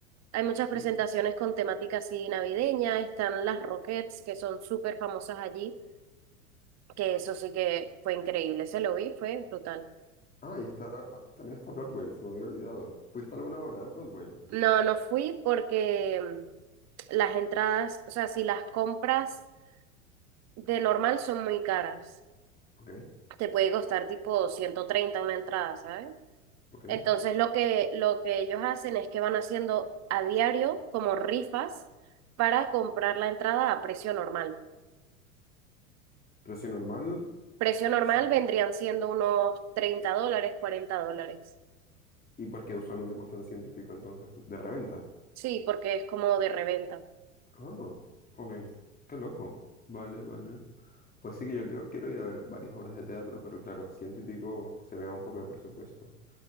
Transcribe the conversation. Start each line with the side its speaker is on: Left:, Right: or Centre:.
Right: hay muchas
Left: sí.
Right: presentaciones con temática así navideña, están las Rockettes, que son súper famosas allí, que eso sí que fue increíble, se lo vi, fue brutal.
Left: Ah, y está, ah, también está Broadway, se me había olvidado. ¿Fuiste a alguna obra de Broadway?
Right: No, no fui porque mm, las entradas, o sea, si las compras... de normal son muy caras.
Left: Ok,
Right: Te puede costar tipo 130 una entrada, ¿sabes?
Left: ok.
Right: Entonces lo que, lo que ellos hacen es que van haciendo a diario como rifas para comprar la entrada a precio normal.
Left: Pero si normal...
Right: Precio normal
Left: sí.
Right: vendrían siendo unos 30 dólares, 40 dólares.
Left: ¿Y por qué usualmente cuestan ciento y pico entonces? ¿De reventa?
Right: Sí, porque es como de reventa.
Left: Ah, ok. Qué loco. Vale, vale. Pues sí que yo quiero, quiero ir a ver varias obras de teatro, pero claro, ciento y pico se me va un poco de presupuesto.